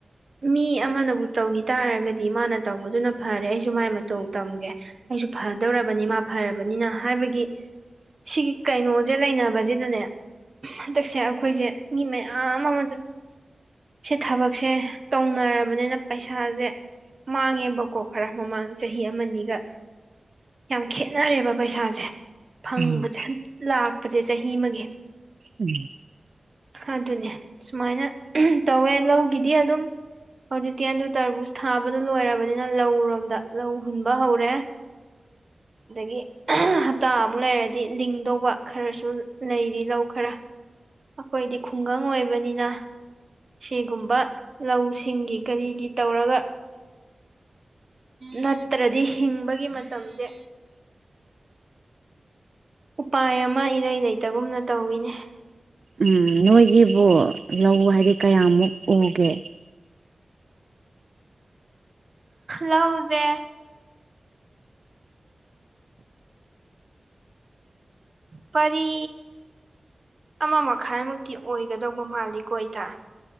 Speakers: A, on the right (about 45°); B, on the right (about 60°).
A: ꯃꯤ ꯑꯃꯅꯕꯨ ꯇꯧꯈꯤ ꯇꯥꯔꯒꯗꯤ ꯃꯥꯅ ꯇꯧꯕꯗꯨꯅ ꯐꯔꯦ ꯑꯩꯁꯨ ꯃꯥꯏ ꯃꯇꯧ ꯇꯝꯒꯦ ꯑꯩꯁꯨ ꯐꯗꯧꯔꯕꯅꯤ ꯃꯥ ꯐꯔꯕꯅꯤꯅ ꯍꯥꯏꯕꯒꯤ ꯁꯤꯒꯤ ꯀꯩꯅꯣꯖꯦ ꯂꯩꯅꯕꯁꯤꯗꯅꯦ ꯍꯟꯗꯛꯁꯦ ꯑꯩꯈꯣꯏꯖꯦ ꯃꯤ ꯃꯌꯥꯝ ꯑꯃꯁ ꯁꯤ ꯊꯕꯛꯁꯦ ꯇꯧꯅꯔꯕꯅꯤꯅ ꯄꯩꯁꯥꯖꯦ ꯃꯥꯡꯉꯦꯕꯀꯣ ꯈꯔ ꯃꯃꯥꯡ ꯆꯍꯤ ꯑꯃꯅꯤꯒ ꯌꯥꯝ ꯈꯦꯅꯔꯦꯕ ꯄꯩꯁꯥꯁꯦ ꯐꯪꯕꯁꯦ
B: ꯎꯝ
A: ꯍ ꯂꯥꯛ ꯄꯖꯦ ꯆꯍꯤ ꯑꯃꯒꯤ
B: ꯎꯝ
A: ꯑꯗꯨꯅꯦ ꯁꯨꯃꯥꯏꯅ ꯎꯝ ꯇꯧꯋꯦ ꯂꯧꯒꯤꯗꯤ ꯑꯗꯨꯝ ꯍꯧꯖꯤꯛꯇꯤ ꯑꯗꯨ ꯇꯔꯕꯨꯁ ꯊꯥꯕꯗꯨ ꯂꯣꯏꯔꯕꯅꯤꯅ ꯂꯧꯔꯣꯝꯗ ꯂꯧ ꯍꯨꯟꯕ ꯍꯧꯔꯦ ꯑꯗꯒꯤ ꯍꯞꯇꯥ ꯑꯃꯨꯛ ꯂꯩꯔꯗꯤ ꯂꯤꯡꯗꯧꯕ ꯈꯔꯁꯨ ꯂꯩꯔꯤ ꯂꯧ ꯈꯔ ꯑꯩꯈꯣꯏꯗꯤ ꯈꯨꯡꯒꯪ ꯑꯣꯏꯕꯅꯤꯅ ꯁꯤꯒꯨꯝꯕ ꯂꯧꯁꯤꯡꯒꯤ ꯀꯔꯤꯒꯤ ꯇꯧꯔꯒ ꯅꯠꯇ꯭ꯔꯗꯤ ꯍꯤꯡꯕꯒꯤ ꯃꯇꯝꯖꯦ ꯎꯄꯥꯏ ꯑꯃ ꯏꯔꯩ ꯂꯩꯇꯒꯨꯝꯅ ꯇꯧꯋꯤꯅꯦ
B: ꯎꯝ ꯅꯣꯏꯒꯤꯕꯨ ꯂꯧ ꯍꯥꯏꯗꯤ ꯀꯌꯥꯃꯨꯛ ꯎꯒꯦ
A: ꯂꯧꯖꯦ ꯄꯔꯤ ꯑꯃ ꯃꯈꯥꯏꯃꯨꯛꯇꯤ ꯑꯣꯏꯒꯗꯕ ꯃꯥꯜꯂꯤꯀꯣ ꯏꯇꯥ